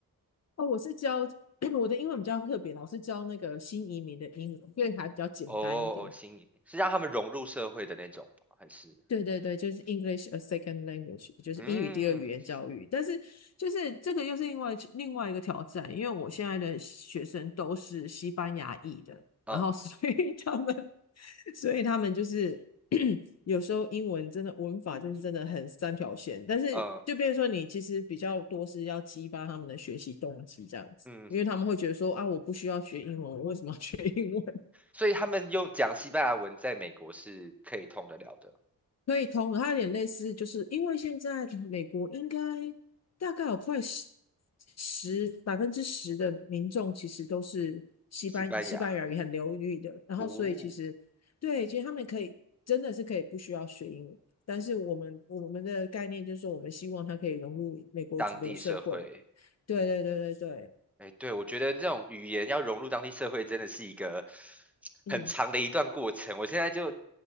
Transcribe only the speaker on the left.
哦，我是教 <clears throat> <coughs> 我的英文比较特别，老是教那个新移民的英文，所以还比较简单一点。
对对对，就是 English a second language，就是英语第二语言教育。
但是就是这个又是另外另外一个挑战，因为我现在的学生都是西班牙裔的，
然后所以 <laughs> 他们所以他们就是 <clears throat> 有时候英文真的文法就是真的很三条线，但是就变成说你其实比较多是要激发他们的学习动机这样子，
因为他们会觉得说啊，我不需要学英文，我为什么要学英文？
可以通的，它有点类似，就是因为现在美国应该大概有快十十百分之十的民众其实都是西班西班牙语很流利的，
然后所以其实对，
其实他们可以真的是可以不需要学英语，但是我们我们的概念就是说，
我们希望它可以融入美国主流社会。
对对对对对，
嗯